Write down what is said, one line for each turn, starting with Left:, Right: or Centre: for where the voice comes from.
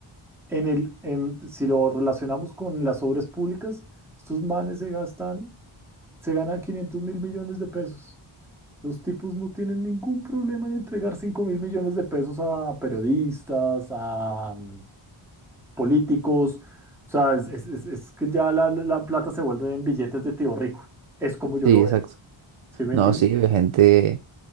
Centre: En el, en, si lo relacionamos con las obras públicas, estos manes se gastan, se ganan quinientos mil millones de pesos. Los tipos no tienen ningún problema en entregar cinco mil millones de pesos a periodistas, a mm, políticos. O sea, es, es- es- es que ya la, la plata se vuelve en billetes de tío rico. Es como yo
Right: Sí,
Centre: lo
Right: exacto.
Centre: veo, ¿sí me
Right: No,
Centre: entiendes
Right: sí, ve gente,